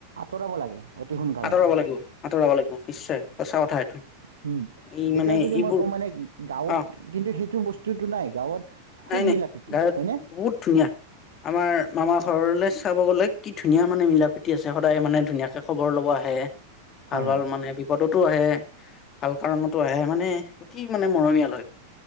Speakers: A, on the right (about 85°); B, on the left (about 35°).
A: তৰাব লাগে। অতি সোনকালে
B: আতৰাব লাগি, আতৰাব লাগিব নিশ্চয়। সঁচা কথা এইটো
A: হুম,
B: এই মানে
A: এতিয়া যদি
B: এইবোৰ
A: মই কওঁ মানে গাঁৱত
B: অ
A: কিন্তু সেইটো বস্তুটো নাই, গাঁৱত খুব
B: নাই নাই,
A: মিলা প্ৰীতি
B: গাঁৱত
A: হয়নে
B: বহুত ধুনীয়া। আমাৰ মামাৰ ঘৰলে চাব গ'লে কি ধুনীয়া মানে মিলা প্ৰীতি আছে, সদায় মানে ধুনীয়াকে খবৰ ল'ব আহে। ভাল
A: হয়
B: ভাল
A: হয়
B: মানে বিপদতো আহে, ভাল কাৰণতো আহে মানে অতি মানে মৰমীয়াল হয়।